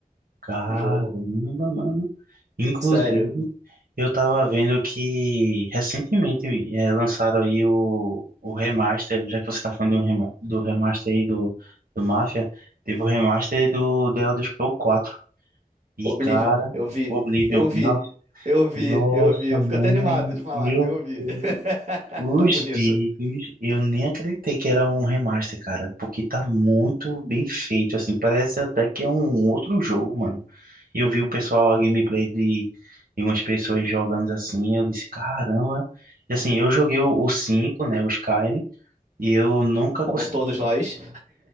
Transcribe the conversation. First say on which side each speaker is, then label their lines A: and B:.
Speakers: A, on the right (about 70°); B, on the right (about 50°).
A: Caramba,
B: de jogo.
A: mano. Inclusive,
B: Sério.
A: eu tava vendo que recentemente eh, lançaram aí o, o remaster, já que você tá falando do, rema- do remaster aí do, do Mafia, teve o remaster do The Elder Scrolls 4. E,
B: Oblivion,
A: cara,
B: eu vi.
A: o Oblivion,
B: Eu vi. Eu vi,
A: Nossa,
B: eu vi. Eu
A: mano,
B: fico até animado de falar.
A: eu
B: Eu vi.
A: vi
B: <laughs>
A: os
B: Tá bonito.
A: vídeos, eu nem acreditei que era um remaster, cara, porque tá muito bem feito, assim, parece até que é um outro jogo, mano. E eu vi o pessoal, a gameplay de, de umas pessoas jogando assim, eu disse, caramba. E assim, eu joguei o, 5 né, o Skyrim, e eu nunca
B: Como
A: consegui.
B: todos nós.